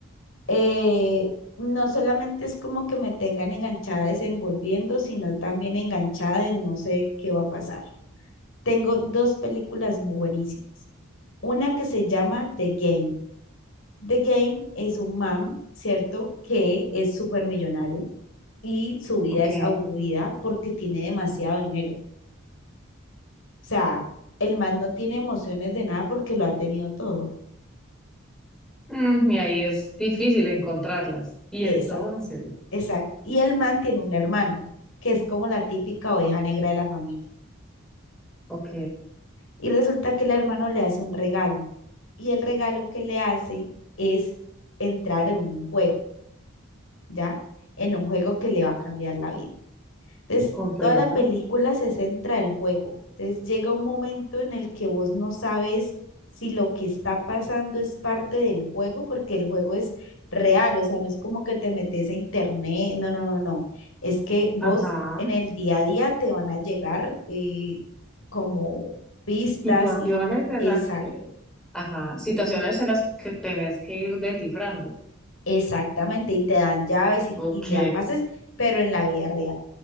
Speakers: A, on the left; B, in the centre.
A: eh, no solamente es como que me tengan enganchada desenvolviendo, sino también enganchada en no sé qué va a pasar. Tengo dos películas buenísimas. Una que se llama The Game. The Game es un man, ¿cierto? Que es súper millonario y su vida
B: Ok.
A: es aburrida porque tiene demasiado dinero. O sea, el man no tiene emociones de nada porque lo ha tenido todo.
B: Mm, y ahí es difícil encontrarlas. Y
A: Exacto,
B: entonces,
A: exacto. Y el man tiene un hermano, que es como la típica oveja negra de la familia.
B: ok,
A: Y resulta que el hermano le hace un regalo. Y el regalo que le hace es entrar en un juego, ¿ya? En un juego que le va a cambiar la vida. Entonces,
B: comprendo.
A: toda la película se centra el juego. Entonces, llega un momento en el que vos no sabes si lo que está pasando es parte del juego, porque el juego es real, o sea, no es como que te metes a internet, no, no, no, no. Es que vos
B: Ajá.
A: en el día a día te van a llegar eh, como pistas
B: Situaciones
A: y
B: en
A: exacto,
B: las que, ajá, situaciones en las que tenés que ir descifrando.
A: exactamente, y te dan llaves y,
B: Ok.
A: y te dan pases, pero en la vida real.